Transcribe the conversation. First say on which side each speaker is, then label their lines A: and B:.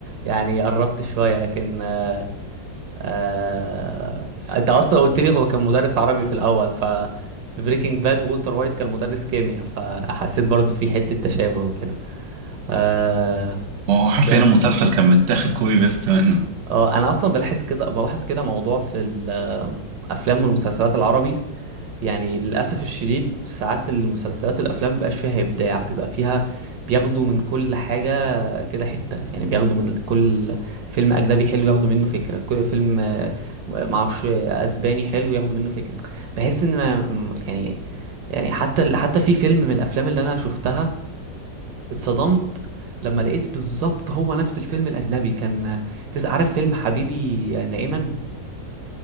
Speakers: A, on the right; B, on the right.
A: يعني قربت شوية لكن آه آه انت اصلا قلت لي هو كان مدرس عربي في الاول ف في بريكنج باد والتر وايت كان مدرس كيمياء فحسيت برضو في حتة تشابه وكده آه
B: ما هو حرفيا
A: ثاني
B: المسلسل كان متاخد كوبي بيست منه
A: اه انا اصلا بلاحظ كده بلاحظ كده موضوع في الافلام والمسلسلات العربي يعني للأسف الشديد ساعات المسلسلات والأفلام مبيبقاش فيها إبداع بيبقى فيها بياخدوا من كل حاجة كده حتة يعني بياخدوا من كل فيلم أجنبي حلو ياخدوا منه فكرة كل فيلم آه، معرفش آه، أسباني حلو ياخدوا منه فكرة بحس إن ما م- يعني يعني حتى ال- حتى في فيلم من الأفلام اللي أنا شفتها اتصدمت لما لقيت بالظبط هو نفس الفيلم الأجنبي كان تس- عارف فيلم حبيبي نائما